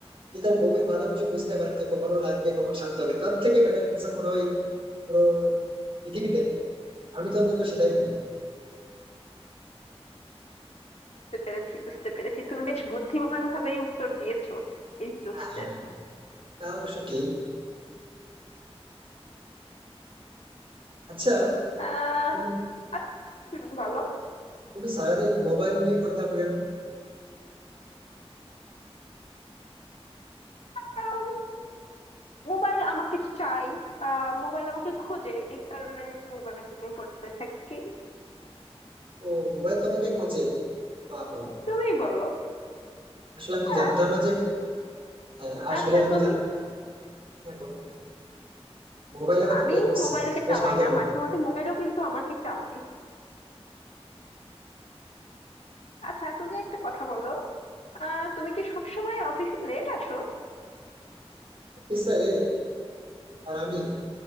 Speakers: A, on the right; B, on the left.
A: যে তার বউয়ের ভালো কিছু বুঝতে পারে যে কখনো লাগবে কখন শান্ত হবে তার থেকে বেটার ইনসান মনে হয় পুরো পৃথিবীতে নেই। আমি তো অন্তত সেটাই মনে করি
B: বুঝতে পেরেছি বুঝতে পেরেছি তুমি বেশ বুদ্ধিমান ভাবেই উত্তর দিয়েছো এই জোকসটার
A: হ্যাঁ, তা অবশ্য ঠিক আচ্ছা
B: আহ
A: তুমি
B: আচ্ছা, হুম, বলো
A: তুমি সারাদিন মোবাইল নিয়ে পড়ে থাকো কেন
B: কারণ মোবাইল আমাকে চাই বা মোবাইল আমাকে খোঁজে এই কারণে আমি মোবাইল নিয়ে পড়ে থাকি
A: তো মোবাইল তোমাকে খোঁজে বাবা
B: তুমি বলো
A: আসলে আমি
B: আহ,
A: জানতাম না যে আহ, আসলে
B: আচ্ছা
A: আমি
B: তুমি
A: জানতাম না এখন মোবাইল আবার তোমাকে
B: আমি
A: খুঁজছে
B: মোবাইলকে
A: বেশ
B: চালাই
A: ভালো
B: না
A: করে
B: মাঝে মধ্যে মোবাইলও কিন্তু আমাকে চালায় আচ্ছা তুমি একটা কথা বলো আহ তুমি কি সবসময় অফিসে লেট আসো
A: অফিসারে আর আমি